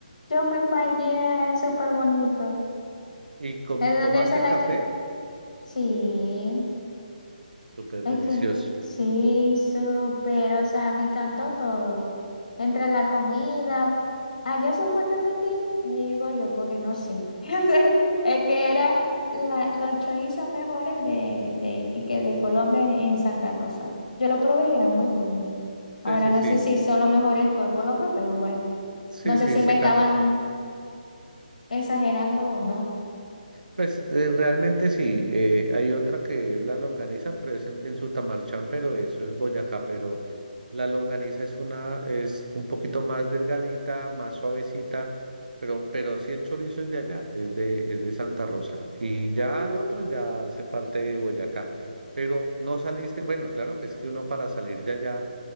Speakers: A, on the left (about 65°); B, on the right (about 75°).
A: Yo fui para allá, es súper bonito.
B: ¿Y comi-
A: ¿Es donde
B: tomaste
A: dice la
B: café?
A: casa? Sí,
B: Súper
A: Es
B: delicioso.
A: que sí, súper, o sea, me encantó todo. Entre la comida, allá supuestamente, digo yo, porque no sé, <laughs> es que era la- los chorizos mejores de, de, y que de Colombia en, en Santa Rosa. Yo lo probé y eran muy buenos.
B: Sí,
A: Ahora
B: sí,
A: no
B: sí.
A: sé si son los mejores de todo Colombia, pero bueno,
B: Sí,
A: no sé
B: sí,
A: si
B: sí.
A: me
B: acá
A: estaban exagerando o no.
B: Pues eh, realmente sí, eh, hay otra que es la longaniza, pero es en, en Sutamarchán, pero eso es Boyacá, pero la longaniza es una, es un poquito más delgadita, más suavecita, pero, pero sí el chorizo es de allá, es de, es de Santa Rosa. Y ya
A: Ujú.
B: al otro ya se parte de Boyacá. Pero no saliste, bueno, claro que es que uno para salir de allá,